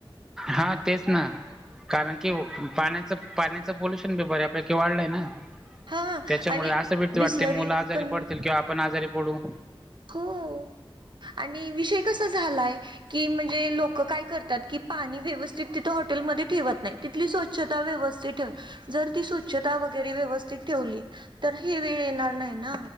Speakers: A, in the centre; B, on the right (about 50°).
A: हा तेच ना. कारण कि पाण्याच, पाण्याच पोल्युशन बी बऱ्यापैकी वाढलंय ना.
B: हां
A: त्याच्यामुळ
B: आणि
A: असं भीती
B: बिसलरी
A: वाटते, मुलं आजारी
B: पण
A: पडतील किंवा आपण आजारी पडू.
B: हो, आणि विषय कसा झालाय की म्हणजे लोक काय करतात, की पाणी व्यवस्थित तिथं हॉटेलमध्ये ठेवत नाही तिथली स्वच्छता व्यवस्थित ठेवत, जर ती स्वच्छता वगैरे व्यवस्थित ठेवली, तर ही वेळ येणार नाही ना.